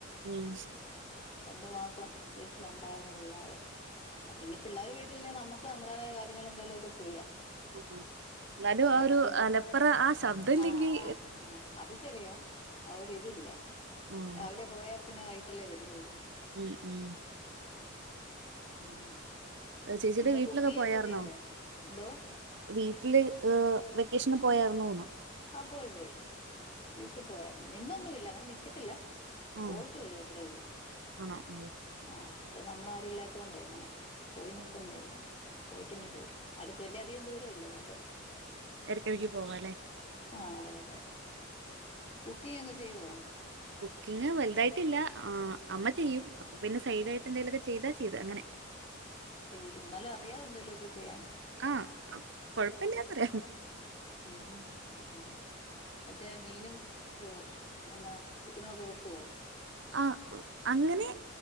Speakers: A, on the right (about 60°); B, on the left (about 30°).
A: ഉം
B: രണ്ടു മാസം വീട്ടിലുണ്ടായിരുന്നു പിള്ളാര് ആഹ് ഇനി പിള്ളാര് വ ല്ലെ നമക്ക് നമ്മുടെതായ കാര്യങ്ങൾ എന്തേലും <unintelligible> ചെയ്യാം
A: ഉം എന്നാലും
B: അല്ലെങ്കിൽ
A: ആ ഒരു
B: പിന്നെ
A: അലപ്പറ ആ ശബ്ദം ഇല്ലെങ്കി
B: ആഹ ആ അ അത് ശരിയാ അഒര് തില്ല
A: ആഹ്
B: രാവിലെ പോയ പിന്നെ വൈട്ടല്ലേ വരൂള്ളൂ
A: ഉം ഉം
B: ഉം
A: ചേച്ചിയുടെ
B: പിന്നെ
A: വീട്ടിലൊക്കെ
B: കുക്കി <unintelligible>
A: പോയാർന്നോ
B: ക്കെ ചെയ്യുവോ എന്തോ
A: വീട്ടില് ഏഹ് വെക്കേഷന് പോയാർന്നു ന്ന്
B: അ പോയി പോയി വീട്ട് പോയ നിന്നൊന്നില്ല അങ്ങനെ നിക്കത്തില്ല
A: ആഹ്
B: പോയിട്ട് വര്വഅത്രേ ഉള്ളൂ
A: ആണോ ഉം.
B: ആഹ് ഇ വെ നമ്മളാരുല്ലാത്തോണ്ടെ അങ്ങനെ പോയിനിക്കൊന്നില്ല പോയിട്ട് ഇങ് പോരും അടുതുല്യ ഭൂരൊന്ല്ല <unintelligible> അത്കൊണ്ട്
A: ഇടക്കിടക് പോവാലേ
B: ആ അതെ അതെ കുക്കിം ഒക്കെ ചെയ്യോ
A: കുക്കിങ് വലുതായിട്ടില്ല ആ അമ്മ ചെയ്യും അപ്പൊ പിന്നെ സൈഡായിട്ട് എന്തെലൊക്കെ ചെയ്താ ചെയ്ത് അങ്ങനെ
B: ചെയ്തു എന്നാലു അറിയാ എന്തെ ലൊകെ ചെയ്യാൻ
A: ആഹ് കൊഴപ്പില്ലാത്ര
B: മ്മ്ഹ് ഉം മറ്റേ മീനും ഇഹ് എന്നാ ചിക്കനൊക്കെ വെക്കോ
A: ആ അങ്ങനെ